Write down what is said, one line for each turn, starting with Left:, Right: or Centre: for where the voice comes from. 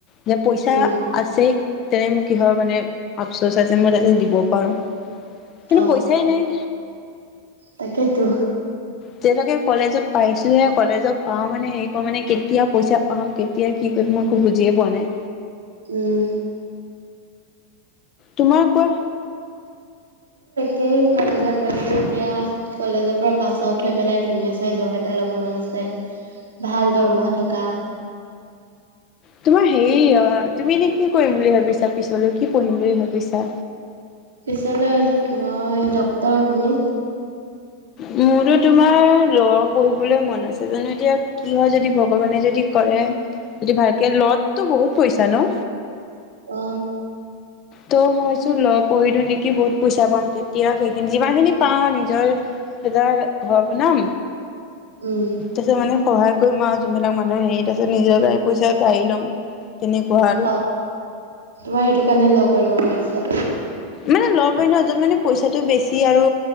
Left: যে, পইচা
Right: উম
Left: আছেই তেনে মোৰ কিহৰ কাৰণে আপচোচ আছে মই তাতে দিব পাৰোঁ। কিন্তু
Right: অ
Left: পইচাই নাই।
Right: তাকেতো।
Left: যিহেতকে কলেজত পাইছোহে কলেজত পাওঁ মানে হেৰি কৰো মানে কেতিয়া পইচা পাম কেতিয়া কি কৰিম, মই একো বুজিয়ে পোৱা নাই।
Right: উম।
Left: তোমাৰ কোৱা?
Right: তেই কলেজত পাইছো এতিয়া কলেজৰ পৰা পাছ আউট হৈ পেলাই ধুনীয়া চাই জব এটা ল'ব মন আছে ভাল দৰমহা থকা।
Left: তোমাৰ হেৰি অ', তুমি এনে কি কৰিম বুলি ভাবিছা? পিছলৈ কি পঢ়িম বুলি ভাবিছা?
Right: পিছলৈ মই ডক্তৰ তুমি?
Left: মোৰতো তোমাৰ ল পঢ়িবলৈ মন আছে জানো এতিয়া কি হয় যদি ভগৱানে যদি কৰে, যদি ভালকে ল তো বহুত পইছা ন?
Right: অ।
Left: ত' মই ভাবিছো ল পঢ়ি দিওঁ নেকি বহুত পইচা পাম তেতিয়া সেইখিনি যিমানখিনি পাওঁ নিজৰ এটা ঘৰ বনাম।
Right: উম
Left: তাপিছত মানে সহায় কৰিম আৰু যোনবিলাক মানুহ হেৰিত আছে নিজৰ পইচাৰে গাড়ী ল'ম। তেনেকুৱা আৰু
Right: অ', তোমাৰ সেইটো কাৰণে ল কৰিব মন আছে।
Left: মানে ল পঢ়ি নহ তোৰ মানে পইচাটো বেছি আৰু